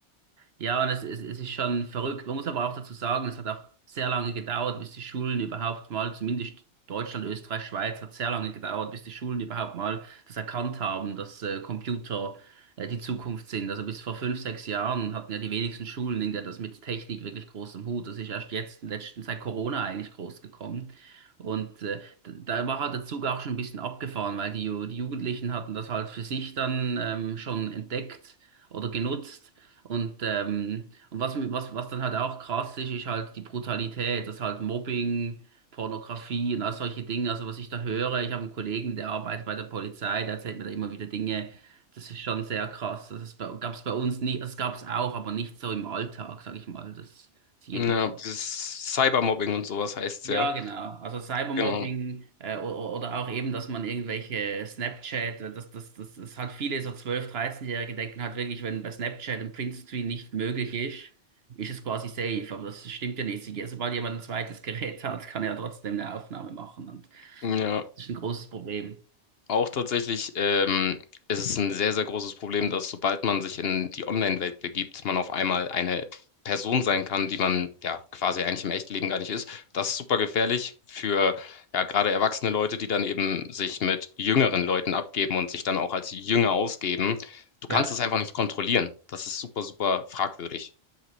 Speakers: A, on the right; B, on the left.
A: Ja, und es, es, es ist schon verrückt. Man muss aber auch dazu sagen, es hat auch sehr lange gedauert, bis die Schulen überhaupt mal, zumindest Deutschland, Österreich, Schweiz, hat sehr lange gedauert, bis die Schulen überhaupt mal das erkannt haben, dass äh, Computer äh, die Zukunft sind. Also bis vor fünf, sechs Jahren hatten ja die wenigsten Schulen irgendwie das mit Technik wirklich groß im Hut. Das ist erst jetzt, letzten, seit Corona eigentlich groß gekommen. Und äh, d- da war halt der Zug auch schon ein bisschen abgefahren, weil die, Ju- die Jugendlichen hatten das halt für sich dann ähm, schon entdeckt oder genutzt. Und, ähm, und was, was, was dann halt auch krass ist, ist halt die Brutalität, das halt Mobbing, Pornografie und all solche Dinge. Also was ich da höre, ich habe einen Kollegen, der arbeitet bei der Polizei, der erzählt mir da immer wieder Dinge. Das ist schon sehr krass. Das gab es bei uns nicht, das gab es auch, aber nicht so im Alltag, sag ich mal. Das ist jeden
B: Ja,
A: Tag.
B: dieses Cybermobbing und sowas heißt es
A: Ja,
B: ja.
A: genau. Also Cybermobbing
B: Genau.
A: äh, o- oder auch eben, dass man irgendwelche Snapchat, äh, das, das, das, das hat viele so zwölf, 13-Jährige denken halt wirklich, wenn bei Snapchat ein Printscreen nicht möglich ist, ist es quasi safe. Aber das stimmt ja nicht. Sie- Sobald jemand ein zweites Gerät hat, kann er ja trotzdem eine Aufnahme machen. Und
B: Ja,
A: das ist ein großes Problem.
B: auch tatsächlich, ähm, ist es ein sehr, sehr großes Problem, dass sobald man sich in die Online-Welt begibt, man auf einmal eine Person sein kann, die man ja quasi eigentlich im echten Leben gar nicht ist. Das ist super gefährlich für ja gerade erwachsene Leute, die dann eben sich mit jüngeren Leuten abgeben und sich dann auch als Jünger ausgeben. Du kannst
A: Ja.
B: es einfach nicht kontrollieren. Das ist super, super fragwürdig.